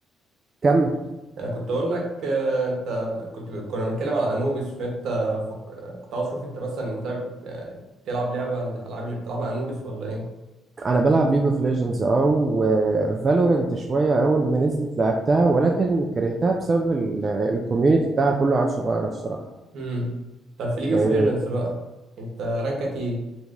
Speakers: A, on the right (about 40°); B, on the right (about 75°).
A: كمل
B: آه، كنت اقول لك آه، انت كنت كنا بنتكلم على انوبيس فانت فك... آه، كنت عاوز اشوف انت مثلا متابع يعني بتلعب لعبه من الالعاب اللي بتلعبها انوبيس ولا ايه
A: انا بلعب ليج اوف ليجندز اه وفالورنت شوية اول ما نزلت لعبتها ولكن كرهتها بسبب الكوميونتي بتاعها كله عيال صغيرة الصراحة
B: امم طب في ليج اوف
A: آه،
B: ليجندز بقى انت رانكك ايه